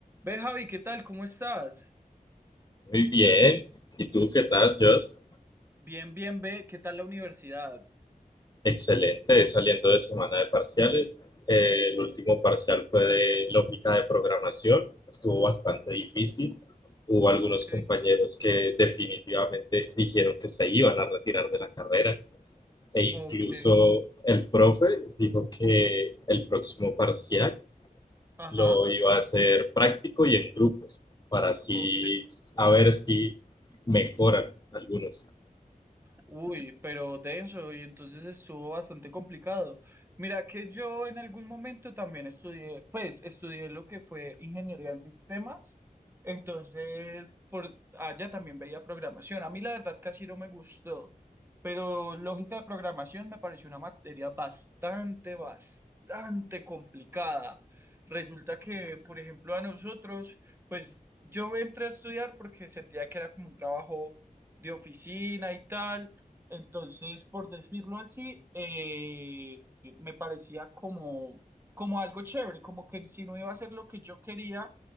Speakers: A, on the right; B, on the left.
A: Ve, Javi, ¿qué tal? ¿Cómo estás?
B: Muy bien. ¿Y tú qué tal, Joss?
A: Bien, bien, ve, ¿qué tal la universidad?
B: Excelente, saliendo de semana de parciales. Eh, el último parcial fue de lógica de programación. Estuvo bastante difícil. Hubo algunos
A: Ok,
B: compañeros que definitivamente dijeron que se iban a retirar de la carrera e incluso
A: ok,
B: el profe dijo que el próximo parcial
A: ajá,
B: lo iba a hacer práctico y en grupos para así
A: ok.
B: a ver si mejoran algunos.
A: Uy, pero denso, y entonces estuvo bastante complicado. Mira que yo en algún momento también estudié, pues estudié lo que fue ingeniería en sistemas, entonces por allá también veía programación. A mí la verdad casi no me gustó, pero lógica de programación me pareció una materia bastante, bastante complicada. Resulta que, por ejemplo, a nosotros, pues yo entré a estudiar porque sentía que era como un trabajo de oficina y tal entonces, por decirlo así, eh, me parecía como, como algo chévere, como que si no iba a ser lo que yo quería,